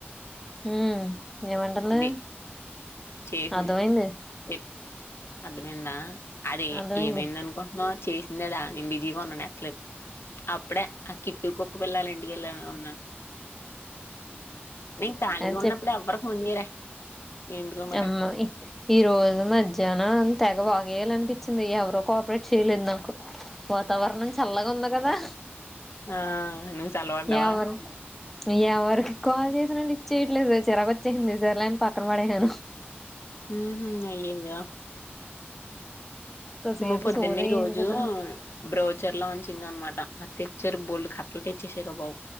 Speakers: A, in the centre; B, on the left.
A: మ్ ఏమంటంది
B: ఇది చేసింది
A: అర్థమైంది.
B: చెప్ అర్థమైందా అదే
A: అర్థమైంది
B: ఏమైందనుకుంటున్నావు చేసిందేదా నేను బిజీగా ఉన్ననె ఎత్తలేదు అప్పుడే ఆ కిట్టు కు వేళ్ళాలండి ఎలా ఉన్నా మీక్ ఖాళిగ
A: అని
B: ఉన్నప్పుడు ఎవ్వరు ఫోనో చేయరా ఎందుకో మరి.
A: అమ్మోయ్ ఈ రోజు మధ్యాహ్నం తెగ వాగేయాలినిపించింది ఎవరో కోపరేట్ చేయలేదు నాకు వాతావరణం చల్లగా ఉందికదా
B: ఆ! నువ్వు చల్లబడ్డావా?
A: ఎ అవర్ ఎ ఆవర్ కాల్ చేసినా లిఫ్ట్ చేయట్లేదె చిరాకు వచ్చేింది సరేలే అని పక్కన పడేసను
B: ఊహు అయ్యయ్యో
A: కాసేపు
B: మ పొద్దున్న
A: సోది
B: ఈ
A: అయ్యింది
B: రోజూ
A: కదా
B: బ్రౌజర్ లాంచింగ్ అనమాట అ ఒకసర బోల్డ్ కట్టలు తెచ్చసారు బాబు